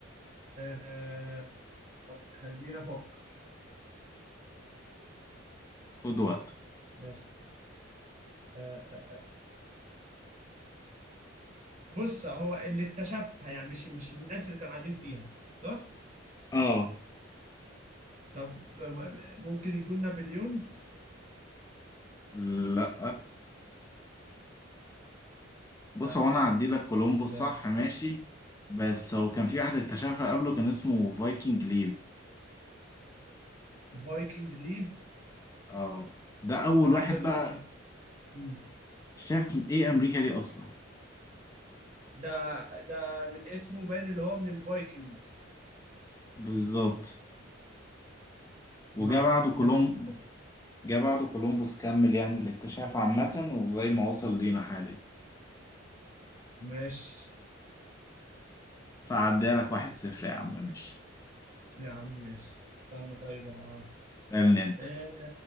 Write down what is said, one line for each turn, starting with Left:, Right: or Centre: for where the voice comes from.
Right: آه... طب خلينا أفكر
Left: خد وقت
Right: ماشي آه... بص هو اللي اكتشفها يعني مش مش الناس اللي كانوا قاعدين فيها صح
Left: اه
Right: طب آه، ممكن يكون نابليون
Left: لا بص
Right: لا
Left: هو انا هعدي لك كولومبوس
Right: طب
Left: صح ماشي بس هو كان في واحد اكتشفها قبله كان اسمه فايكنج ليف
Right: فايكنج ليف
Left: اه ده اول
Right: انا
Left: واحد
Right: عايز اقول
Left: بقى
Right: لك إن- مم.
Left: شاف ايه امريكا دي اصلا
Right: ده ده من اسمه باين اللي هو من الفايكنج
Left: بالظبط وجا
Right: دي معلومة
Left: بعده
Right: جديدة
Left: كولوم
Right: بالنسبة لي
Left: جا بعده كولومبوس كمل يعني الاكتشاف عامة وزي ما وصل لينا حاليا
Right: ماشي
Left: بس هعديها لك واحد صفر يا عم ماشي
Right: يا عم ماشي استنى طيب آه.
Left: اسألني انت
Right: إيه